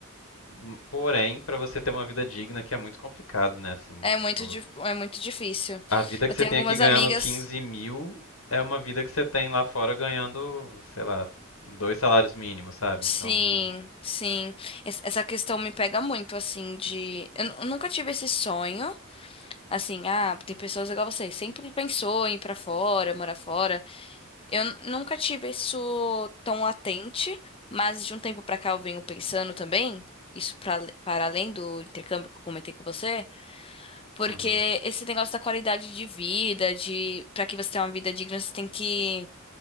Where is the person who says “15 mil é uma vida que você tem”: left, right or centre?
Left